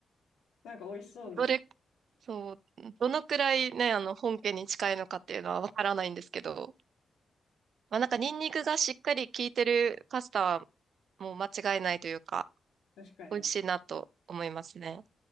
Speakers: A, on the left; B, on the right.
A: なんか美味しそうです。
B: どれ、そう、どのくらいね、あの、本家に近いのかっていうのはわからないんですけど、まあなんかニンニクがしっかり効いてるパスタはもう間違いないというか、
A: 確かに。
B: 美味しいなと思いますね。